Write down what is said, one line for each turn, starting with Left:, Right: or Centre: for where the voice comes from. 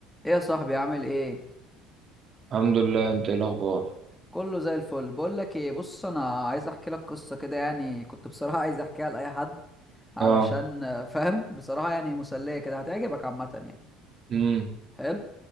Centre: ايه يا صاحبي عامل ايه
Right: الحمد لله انت ايه الاخبار
Centre: كله زي الفل بقول لك ايه بص انا عايز احكي لك قصه كده يعني كنت بصراحه <laughs> عايز احكيها لاي حد علشان
Right: اه
Centre: آه، فاهم بصراحه يعني مسليه كده هتعجبك عامه يعني
Right: امم
Centre: حلو